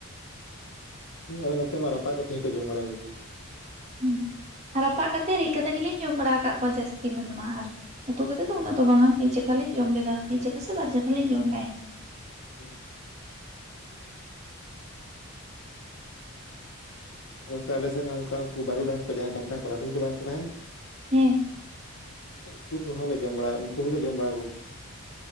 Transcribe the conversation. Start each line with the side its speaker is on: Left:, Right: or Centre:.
Left: ᱤᱧ ᱟᱞᱮ ᱱᱚᱛᱮ ᱢᱟ ᱨᱟᱯᱟᱜ ᱠᱟᱛᱮ ᱦᱚᱸᱠᱚ ᱡᱚᱢ ᱵᱟᱲᱟ ᱠᱚᱜᱮᱭᱟ᱾
Right: ᱦᱩᱸ ᱨᱟᱯᱟᱜ ᱠᱟᱛᱮᱛ ᱨᱤᱫ ᱠᱟᱛᱮ ᱜᱮᱞᱤᱧ ᱡᱚᱢ ᱵᱟᱲᱟ ᱟᱠᱟᱫ ᱠᱚᱣᱟ ᱡᱟᱹᱥᱛᱤ ᱢᱮᱱ ᱢᱟ ᱟᱨ᱾ ᱩᱛᱩ ᱠᱟᱛᱮᱛ ᱫᱚ ᱩᱱᱟᱹᱜ ᱫᱚ ᱵᱟᱝᱼᱟ ᱢᱤᱫ ᱪᱮᱠᱷᱟᱞᱤᱧ ᱡᱚᱢ ᱞᱮᱫᱟ ᱢᱤᱫ ᱪᱮᱠᱟ ᱥᱮ ᱵᱟᱨ ᱪᱮᱠᱷᱟᱞᱤᱧ ᱡᱚᱢ᱾ ᱫᱚ᱾
Left: <inaudible> ᱚᱱᱟᱛᱮ ᱟᱞᱮ ᱥᱮᱫ ᱢᱟ ᱚᱱᱠᱟ ᱩᱱᱠᱩ ᱵᱟᱨᱩᱰᱟᱝ ᱠᱚ ᱡᱟᱦᱟᱸᱭ ᱠᱚ ᱢᱮᱛᱟ ᱠᱚᱣᱟ ᱞᱟᱹᱴᱩ ᱞᱟᱹᱴᱩ ᱵᱟᱝ ᱠᱚ ᱛᱟᱦᱮᱱᱟ
Right: ᱦᱮᱸ ᱾
Left: ᱩᱱᱠᱩ ᱠᱚᱦᱚᱸᱞᱮ ᱡᱚᱢ ᱵᱟᱲᱟ ᱩᱱᱠᱩ ᱦᱚᱸᱞᱮ ᱡᱚᱢ ᱵᱟᱲᱟ ᱠᱚᱜᱮᱭᱟ ᱾